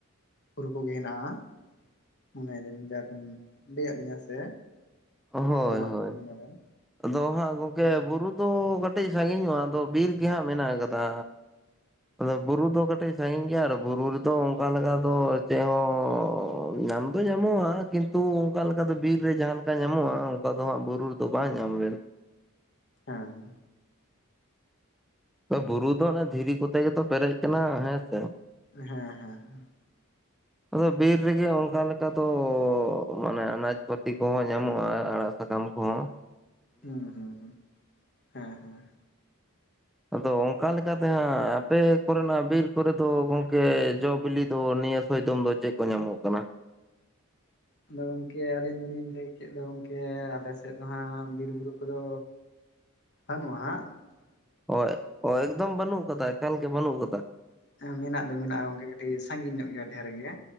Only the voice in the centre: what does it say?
ᱦᱳᱭ
ᱦᱳᱭ,
ᱟᱫᱚ ᱦᱟᱸᱜ ᱜᱚᱝᱠᱮ
ᱵᱩᱨᱩ ᱫᱚ ᱠᱟᱹᱴᱤᱡ ᱥᱟᱺᱜᱤᱧᱚᱜᱼᱟ ᱟᱫᱚ ᱵᱤᱨ ᱜᱮ ᱦᱟᱸᱜ ᱢᱮᱱᱟᱜ ᱠᱟᱫᱟ, ᱟᱫᱚ ᱵᱩᱨᱩ ᱫᱚ ᱠᱟᱹᱴᱤᱡ ᱥᱟᱺᱜᱤᱧ ᱜᱮᱭᱟ ᱟᱨ ᱵᱩᱨᱩ ᱨᱮᱫᱚ ᱚᱝᱠᱟ ᱞᱮᱠᱟ ᱫᱚ ᱪᱮᱜ ᱦᱚᱸ ᱧᱟᱢ ᱫᱚ ᱧᱟᱢᱚᱜᱼᱟ ᱠᱤᱱᱛᱩ ᱚᱝᱠᱟ ᱞᱮᱠᱟ ᱫᱚ ᱵᱤᱨ ᱨᱮ ᱡᱟᱦᱟᱸ ᱞᱮ ᱠᱟ ᱧᱟᱢᱚᱜᱼᱟ, ᱚᱝᱠᱟ ᱫᱚ ᱦᱟᱸᱜ ᱵᱩᱨᱩ ᱨᱮᱫᱚ ᱵᱟᱝ ᱧᱟᱢ ᱞᱮᱱ
ᱵᱩᱨᱩ ᱫᱚ ᱚᱱᱮ ᱫᱷᱤᱨᱤ ᱠᱚᱛᱮ ᱜᱮᱛᱚ ᱯᱮᱨᱮᱡ ᱠᱟᱱᱟ ᱦᱮᱸ ᱥᱮ ᱾
ᱟᱫᱚ ᱵᱤᱨ ᱨᱮᱜᱮ ᱚᱱᱠᱟ ᱞᱮᱠᱟ ᱫᱚᱻ ᱢᱟᱱᱮ ᱟᱱᱟᱡ ᱯᱟᱹᱛᱤ ᱠᱚᱦᱚᱸ ᱧᱟᱢᱚᱜᱼᱟ ᱟᱲᱟ ᱥᱟᱠᱟᱢ ᱠᱚᱦᱚᱸ ᱾
ᱟᱫᱚ ᱚᱱᱠᱟ ᱞᱮᱠᱟ ᱛᱮ ᱦᱟᱸᱜ ᱟᱯᱮ ᱠᱚᱨᱮᱱᱟᱜ ᱵᱤᱨ ᱠᱚᱨᱮ ᱫᱚ ᱜᱚᱝᱠᱮ ᱡᱚ ᱵᱤᱞᱤ ᱫᱚ ᱱᱤᱭᱟᱹ ᱥᱚᱭᱫᱚᱢ ᱫᱚ ᱪᱮᱫ ᱠᱚ ᱧᱟᱢᱚᱜ ᱠᱟᱱᱟ?
ᱚᱭ ᱚ ᱮᱠᱫᱚᱢ ᱵᱟᱹᱱᱩᱜ ᱟᱠᱟᱫᱟ, ᱮᱠᱟᱞ ᱜᱮ ᱵᱟᱹᱱᱩᱜ ᱟᱠᱟᱫᱟ!